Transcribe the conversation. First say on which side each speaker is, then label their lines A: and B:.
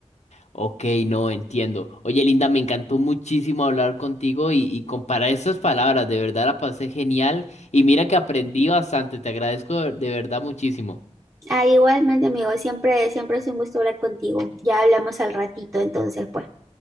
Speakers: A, on the left (about 75°); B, on the right (about 25°).
A: Ok, no entiendo. Oye, Linda, me encantó muchísimo hablar contigo y, y comparar esas palabras. De verdad la pasé genial y mira que aprendí bastante. Te agradezco de de verdad muchísimo.
B: Ah, igualmente, amigo, siempre, siempre es un gusto hablar contigo. Ya hablamos al ratito, entonces, pues.